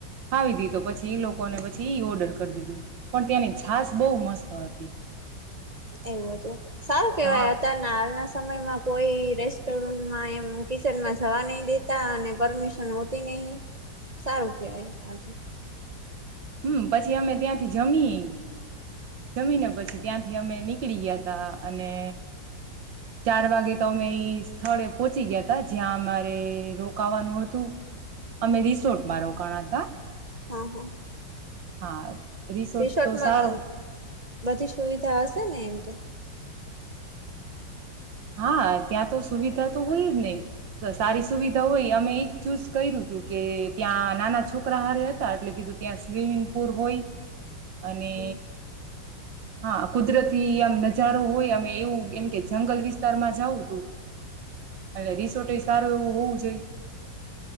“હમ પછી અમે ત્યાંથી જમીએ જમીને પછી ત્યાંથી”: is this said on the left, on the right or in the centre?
Right